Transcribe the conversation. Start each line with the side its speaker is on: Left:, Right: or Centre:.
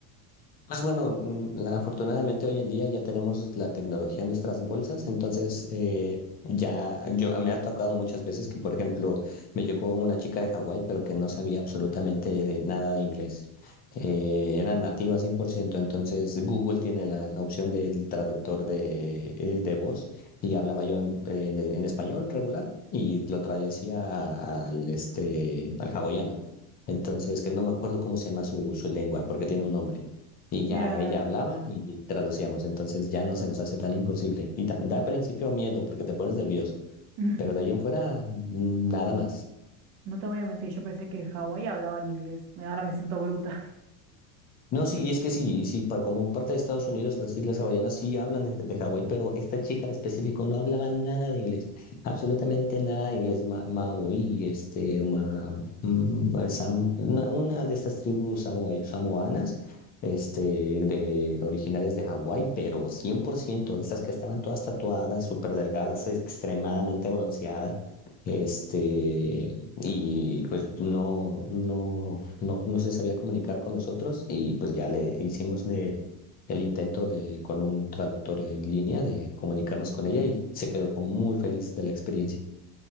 Left: Pues bueno, mm, la- afortunadamente hoy en día ya tenemos la tecnología en nuestras bolsas, entonces eh, ya yo me ha tocado muchas veces que, por ejemplo, me llegó una chica de Hawái, pero que no sabía absolutamente de nada de inglés. Eh, era nativa 100%. entonces Google tiene la opción del traductor de, eh, de voz y hablaba yo en, en- en español regular y lo traducía a- al, este, al hawaiano. Entonces, que no me acuerdo cómo se llama su, su lengua, porque tiene un nombre. Y ya
Right: Mira,
Left: ella hablaba y traducíamos, entonces ya no se nos hace tan imposible. Y ta- da al principio miedo porque te pones nervioso,
Right: <laughs>
Left: pero de
Right: <clears throat>
Left: ahí en fuera mm, nada más.
Right: no te voy a mentir, yo pensé que en Hawái hablaban inglés, ahora me siento bruta.
Left: No, sí, y es que sí, y sí, pa- como parte de Estados Unidos, las Islas Hawaianas sí hablan de, de Hawái, pero esta chica en específico no hablaba nada de inglés, absolutamente nada de inglés ma- maorí, este, ma- mm, mm, sam- una, una de estas tribus samo- samoanas, este, de originarias de Hawái, pero 100% de estas que estaban todas tatuadas, súper delgadas, extremadamente bronceadas, este, y pues no, no, no, no se sabía comunicar con nosotros y pues ya le hicimos le- el intento de, con un traductor en línea de comunicarnos con ella y se quedó como muy feliz de la experiencia.